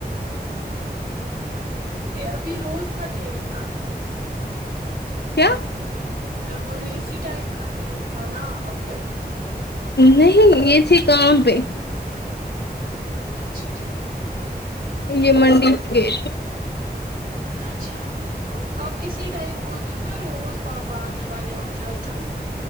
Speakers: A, on the right; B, on the left.
A: ابھی روز کھاتے ہیں کسا
B: کیا
A: میں بولی اسی ٹائم کھاتے ہیں کھانا اب
B: نہیں یہ تھی کام پہ
A: اچھا ٹھیک ہے
B: یہ منڈی گئے تھ
A: اچھا آپ اسی ٹائم بولتے ہو نا روز پاپا آنے والے اور چاچو